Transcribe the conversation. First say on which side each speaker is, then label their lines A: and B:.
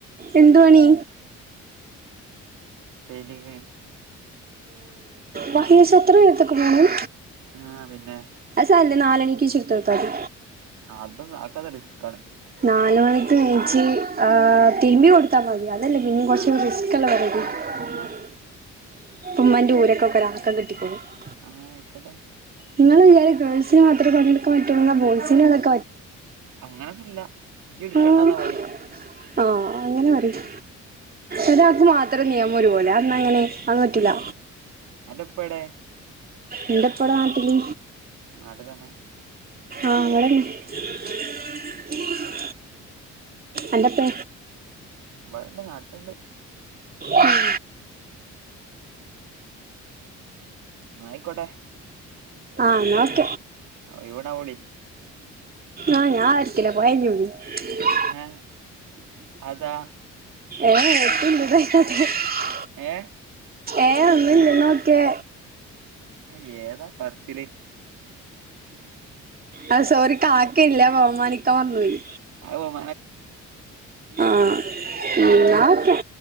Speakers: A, on the right; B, on the right.
A: എന്ത് പണി
B: പേതിക്ക്
A: വയസ് എത്ര പേരത്തൊക്കെ പോണം
B: ആഹ പിന്നെ
A: അല്ലെ നാലണിക്ക് ചുരുത്തിൽക്കാതി
B: അതന്നന്ന് ആക്കാതെ രിസ്ക് കാണി
A: നാല മണിക്ക് നീച്ചു തിരുമ്പി കൊടുത്താൽ മതി ഇതല്ലേ പിന്നേം കൊറച്ചു
B: ആ
A: റിസ്ക് ഒള്ള <unintelligible>
B: ആ ആ
A: ഇപ്പ ഉമ്മാന്റെ ഊരൊക്കെ <unintelligible>
B: ആഹ് ആയിക്കോട്ടെ.
A: നിങ്ങള വിചാരം ഗേൾസിന് മാത്രേ പണിയെടുക്കാൻ പറ്റുള്ളൂന്നാ ബോയ്സിന് <unintelligible>
B: അങ്ങന ഒന്നില്ല ഇജ്ജ് എടുക്കണ്ട
A: ആഹ്
B: എന്നാ പണി
A: ആഹ് അങ്ങനെ പറയ് ഒരാക്ക് മാത്രം നിയമം ഒരുപോലെ അതെന്താ അങ്ങനെ അത് പറ്റൂല
B: ആഹ് അന്റെ ഉപ്പ എവിടെ
A: എന്റെ ഉപ്പ ഇവിടെ നാട്ടില്
B: നാട്ടി തന്നെ
A: ആഹ് ഇവിടേ <unintelligible> അന്റെ ഉപ്പേ?
B: ഇവിടെണ്ട് നാട്ടിലുണ്ട്
A: ഉം.
B: എന്നാ ആയിക്കോട്ടെ
A: ആഹ് എന്നാ <unintelligible>
B: ആഹ് ഇവടെ വിളി
A: ആഹ് ഞാൻ ആര്ക്കില്ല പോയഞ്ഞൂ <unintelligible>
B: ഏ അതാ
A: ഏഹ് എത്തുല്ല <unintelligible>
B: ഏഹ്?
A: ഏഹ് ഒന്നുല്ല ന്നോക്കേ
B: ആഹ് ഏതാ പർച്ചില്.
A: ആ സോറി കാക്കല്ലേ ബഹുമാനിക്കാൻ മർന്നോയി.
B: അഹ് ഓഹ്
A: ആഹ് ന്ന ഓക്കെ